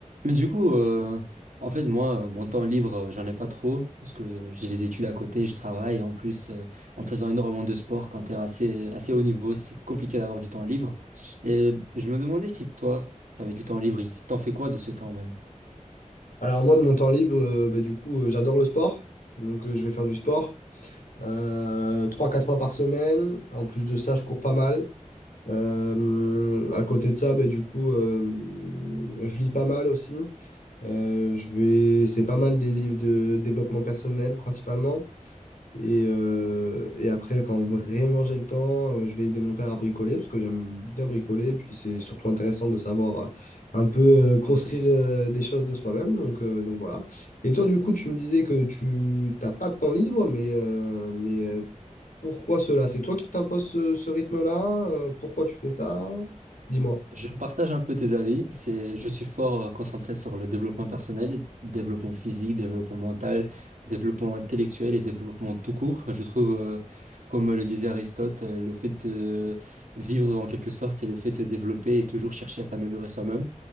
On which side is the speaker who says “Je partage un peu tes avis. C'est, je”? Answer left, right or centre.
Right